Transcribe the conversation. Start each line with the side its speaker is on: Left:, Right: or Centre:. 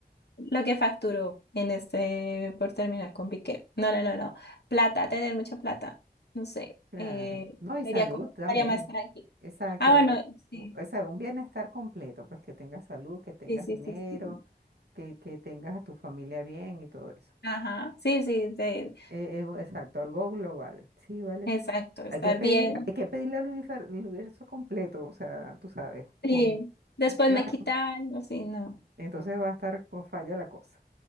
Left: lo que facturó en este por terminar con Piqué. No, no, no, no. Plata, tener mucha plata. No sé.
Right: Claro.
Left: Eh,
Right: No, y
Left: sería
Right: salud
Left: como,
Right: también.
Left: estaría más tranquila.
Right: Exacto.
Left: Ah, bueno, sí,
Right: u- O sea, un bienestar completo, pues que tengas salud, que tengas
Left: sí, sí,
Right: dinero,
Left: sí, sí.
Right: que, que tengas a tu familia bien y todo eso.
Left: Ajá, sí, sí, de-
Right: Eh, eh, exacto, algo global. Sí, vale.
Left: exacto, estar
Right: Hay que pedir,
Left: bien.
Right: hay que pedirle al unifer- al universo completo, o sea, tú sabes,
Left: Sí,
Right: con
Left: después
Right: claro,
Left: me quita algo, sí, no.
Right: entonces va a estar con falla la cosa.